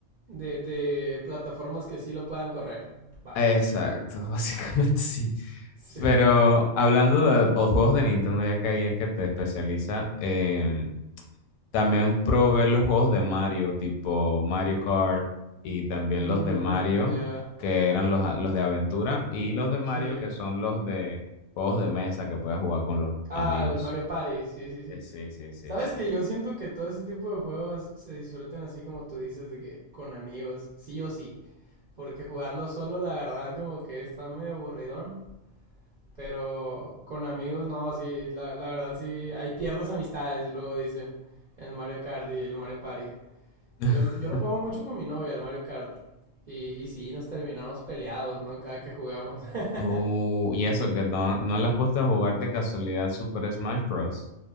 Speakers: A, on the right (about 60°); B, on the left (about 85°).
A: De, de plataformas que sí lo puedan correr. Vaya.
B: Exacto, <laughs> básicamente sí.
A: Sí.
B: Pero hablando de o juegos de Nintendo, ya que ahí es que te especializa, em, También probé los juegos de Mario, tipo Mario Kart, y también
A: Mmm,
B: los de Mario,
A: ya.
B: que eran los, a- los de aventura, y los de Mario,
A: Sí.
B: que son los de juegos de mesa que puedes jugar con los
A: Ah,
B: amigos.
A: el Mario Party. Sí, sí, sí.
B: Eh, Sí, sí, sí,
A: Sabes
B: sí.
A: que yo siento que todo ese tipo de juegos se disfruten así como tú dices, de que con amigos, sí o sí. Porque jugarlo solo, la verdad, como que está medio aburridón. Pero con amigos, no, sí, la, la verdad, sí. Ahí pierdes amistades, luego dicen. El Mario Kart y el Mario Party.
B: <laughs>
A: Yo, lo- yo lo juego mucho con mi novia, el Mario Kart. Y, y sí, nos terminamos peleados, ¿no? Cada que jugamos.
B: Uh,
A: <laughs>
B: y eso, que no, no le has puesto a jugar de casualidad Super Smash Bros.